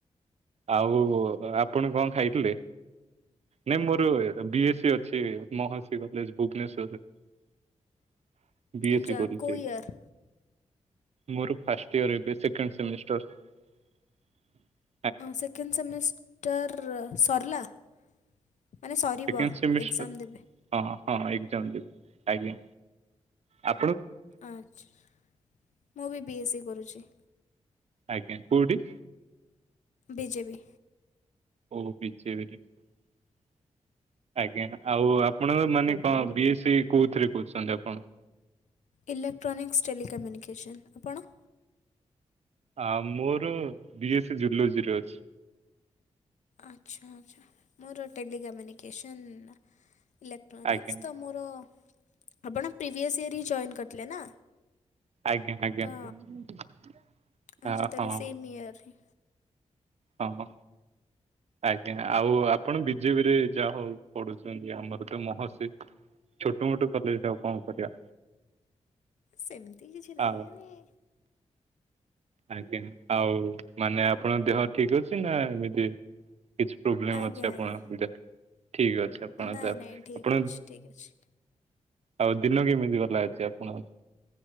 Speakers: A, on the right; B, on the left.
A: ଆଉ ଆପଣ କଣ ଖାଇଥିଲେ। ନାଇଁ ମୋର ବି ଏ ସ ଅଛି ମହର୍ଷି କଲେଜ ଭୁବନେଶ୍ଵରରେ। <inaudible> ବି
B: ଆଚ୍ଛା
A: ଏସ୍ ସି କରିଛି।
B: କେଉଁ ଇୟର୍
A: ମୋର ଫାଷ୍ଟ ଇୟର ଏବେ ସେକେଣ୍ଡ ସେମିଷ୍ଟର। <inaudible>
B: ସେକେଣ୍ଡ ସେମିଷ୍ଟର ସରିଲା। <inaudible> ମାନେ ସରିିବ
A: ସେକେଣ୍ଡ ସେମିଷ୍ଟର
B: ଏକ୍ସାମ ଦେବେ।
A: ହଁ ହଁ ଏକ୍ସାମ୍ ଦେବି ଆଜ୍ଞା <inaudible> ଆ
B: ଆଚ୍ଛା <inaudible> ମୁଁ ବି ବି ଏ ସି କରୁଛି।
A: ଆଜ୍ଞା କୋଉଠି?
B: ବିଜେବିି।
A: ଓ ବିଜେବି ରେ। <inaudible> ଆଜ୍ଞା, ଆଉ ଆପଣ ମାନେ କଣ, ବି ଏସ ସି କୋଉଥିରେ କରୁଛନ୍ତି ଆପଣ।
B: ଇଲେକ୍ଟ୍ରାନିକସ୍ ଟେଲିିକମ୍ୟୁନିକେସନ୍ ଆପଣ?
A: ଆ ମୋର ବି ଏସ୍ ସି ଜୁଲୋଜିରେ ଅଛି।
B: ଆଚ୍ଛା ଆଚ୍ଛା ମୋର ଟେଲିିକମ୍ୟୁନିକେସନ୍ ଇଲେକ୍ଟ୍ରୋନିକ୍ସ
A: ଆଜ୍ଞା।
B: ତ ମୋର ଆପଣ ପ୍ରିଭିଅସ୍ ଇୟର୍ ହିଁ ଜଏନ୍ କରିଥିଲେ ନା।
A: ଆଜ୍ଞା ଆଜ୍ଞା
B: ତ
A: <inaudible>
B: ଆଚ୍ଛା
A: ଓହୋ।
B: ତାହେଲେ ସେମ୍ ଇୟର୍ ହିଁ
A: ହଁ ହଁ। ଆଜ୍ଞା ଆଉ ଆପଣ ବିଜେପି ରେ ଯାହା ହଉ ପଢୁଛନ୍ତି ଆମର ତ ମହର୍ଷି। ଛୋଟ ମୋଟ କଲେଜ ଆଉ କଣ କରିବା।
B: ସେମିତି କିଛି ନାହିଁ
A: ଆଉ
B: ମାନେ <inaudible>
A: ଆଜ୍ଞା, ଆଉ ମାନେ ଆପଣଙ୍କ ଦେହ ଠିକ ଅଛି ନା ଏମିତି କିଛି ପ୍ରୋବଲେମ୍
B: ଆଜ୍ଞା
A: ଅଛି ଆପଣ
B: ଆଜ୍ଞା
A: ଠିକ ଅଛି ଆପଣ
B: ନାଇଁ ନାଇଁ ଠିକ୍
A: ଆପଣ
B: ଅଛି ଠିକ୍ ଅଛି
A: ଆଉ ଦିନ କେମିତି ଗଲା ଆଜି ଆପଣ